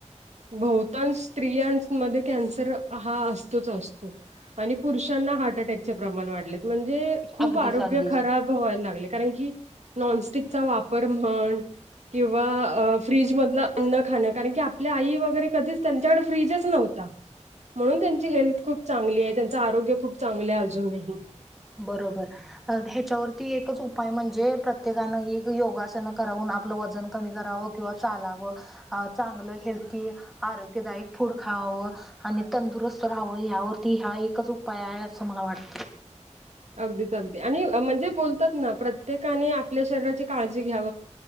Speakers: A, on the right (about 70°); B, in the centre.
A: बहताांन स्त्रियां मध्ये ‌कॅन्सर हा असतोच असतो आणि पुरुषांना हार्ट अटॅक प्रण वाढ म्हणजे खूप
B: अगदीच
A: आरोग्य
B: अगदीच.
A: खराब व लाग कारण की. नॉनस्टिकचा वापर म्हण. किंवा फ्रीजमधलं अन्न खाणं कारण की आपल्या आई वगैरे कधीच त्यांच्याकडे फ्रीजच नव्हता.
B: <inaudible>
A: म्हणून त्यांची हेल्थ खूप चांगली आहे त्यांच आरोग्य खूप चांगलं आहे अजूनही.
B: बरोबर. ह्याच्यावरती एकच उपाय म्हणजे प्रत्येकानं एक योगासन करावून आपलं वजन कमी करावं किंवा चालावं चांगलं हेल्थी आरोग्यदायक फूड खावावं. आणि तंदुरस्त राहावं या्यावरती हा एकच उपाय आहे असं मला वाटतं.
A: अगदीच अगदी आणि म्हणजे बोलतात ना प्रत्येकाने आपल्या शरीराची. का घ्या